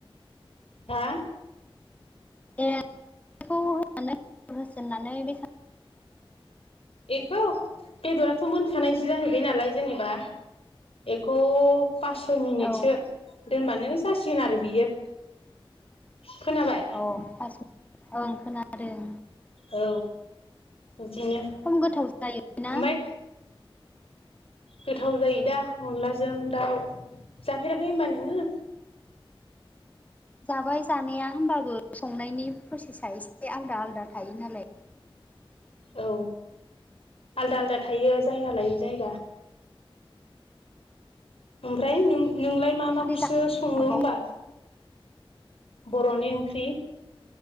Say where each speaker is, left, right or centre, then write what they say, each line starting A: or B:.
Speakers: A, on the left; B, on the left.
A: हा
B: ए होन <unintelligible> होसोननानै बेसां
A: बेखौ बेदराथ' मोनखानायसो
B: उम
A: जाहैबाय नालाय जेनेबा एखौ पास सय मिनिटसो
B: औ
A: दोनबानो जासिगोन आरो बियो खोनाबाय
B: औ पास ओं खोनादों
A: औ बिदिनो
B: खम गोथाव जायो ना
A: ओमफ्राय गोथाव जायो दा अनलाजों दाउ जाफेराखै होनबा नोङो?
B: जाबाय जानाया होमबाबो संनायनि प्रसेसा एसे आलदा आलादा थायो नालाय
A: औ आलदा आलदा थायो जायगा लायै जायगा ओमफ्राय नों नोंलाय मा माखौसो
B: ओंख्रि जा
A: सङो
B: मोनबावो
A: होनबा बर'नि ओंख्रि